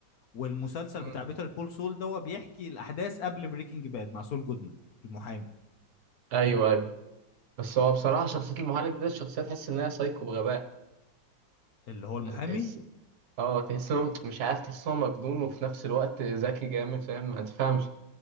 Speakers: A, on the left; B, on the right.
A: والمسلسل
B: مم.
A: بتاع بيتر كول سول ده هو بيحكي الاحداث قبل بريكنج باد مع سول جودمان المحامي
B: ايوه ايوه بس هو بصراحه شخصيه المعلم ده الشخصيه تحس ان هي سايكو بغباء
A: اللي هو المحامي
B: تحس اه تحس إنه مش عارف تحس إن هو مجنون وفي نفس الوقت ذكي جامد فاهم ما تفهمش